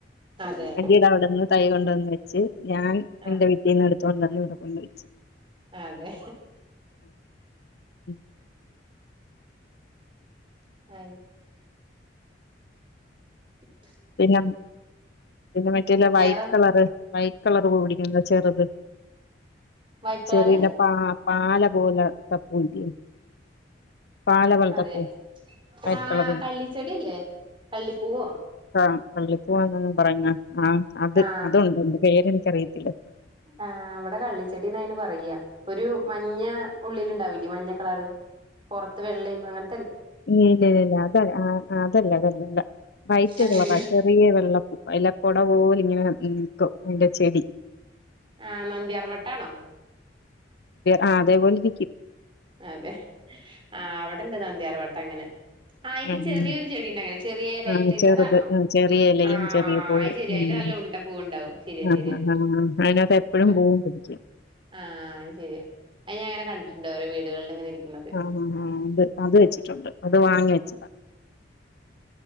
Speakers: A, on the right (about 25°); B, on the left (about 55°).
A: അതെ
B: ആന്റീട അവിടെന്ന് തൈ കൊണ്ടുവന്ന് വെച്ച് ഞാൻ
A: ആ
B: എന്റെ വീട്ടിൽ നിന്ന് എടുത്തൊണ്ടന്ന് ഇവിടെ കൊണ്ടവെച്ചു
A: അതെ
B: ഉം
A: അ ശരി
B: പിന്നെ പിന്നെ മറ്റേല്ല വൈറ്റ്
A: വേറെ
B: കളറ് വൈറ്റ് കളർ കൂടി <unintelligible> ചെറുത്
A: വൈറ്റ് കളറ്
B: ചെറില്ല പാ പാല പോലെ <unintelligible> പാല വലത
A: അതെ
B: പൂ വൈറ്റ്
A: ആ
B: കളർ
A: കള്ളിച്ചെടിയല്ലേ കള്ളിപ്പൂവോ
B: ആ കള്ളി പൂവാ <unintelligible> പറയണ ആ അത്
A: ആ
B: അതുണ്ട് എന്റെ പേര് എനിക്കറിയല്ല
A: ആ അവിടെ കള്ളിച്ചെടിന്ന്തിന് പറയാ ഒരു മ മഞ്ഞ ഉള്ളിൽ ഉണ്ടാവില്ലേ മഞ്ഞ കളർ പുറത്ത് വെള്ളി അങ്ങന
B: ഇല്ല ഇല്ല അതല്ല് അതല്ലേ അതല്ലല്ല വൈറ്റ്
A: അതല്ലേ
B: കളറ ചെറിയ വെള്ളപ്പൂ <unintelligible> കൊട പോോല ഇങ്ങനെ <unintelligible> അയ്ന്റെ ചെടി
A: ആ നന്ദ്യാർവട്ടാണോ
B: അ അതെപോലിരിക്കും
A: അതെ ആ അവിടെണ്ട് നന്ത്യാർവട്ടം അങ്ങനെ ആ അയിന്റെ
B: ഉം
A: ചെറിയൊരു
B: ഉം
A: ചെടി ഇണ്ടായിനിം ചെറിയ ലൈറ്റ്
B: ആ ചെറുത്
A: അതാണോ
B: ഉം ചെറിയ ഇലയും
A: ആ
B: ചെറിയ പൂവും
A: അയത് ശരിയായാലും
B: ഉം
A: നല്ല ഉണ്ട പൂവ് ഉണ്ടാവും ശരിയാ
B: ആ
A: ശരിയാ
B: ആ ആ അതിനകത്ത് എപ്പയും
A: ആ
B: <unintelligible>
A: ആ അത് ശെരിയ അത് ഞൻ ഇങ്ങനെ കണ്ടിട്ടുണ്ട് ഓരോ വീടുകളിൽ ഇങ്ങനെ ഇരിക്ക്ണത്
B: ആ ആ ആ അത് അത് വെച്ചിട്ടുണ്ട് അത് വാങ്ങി വെച്ചതാ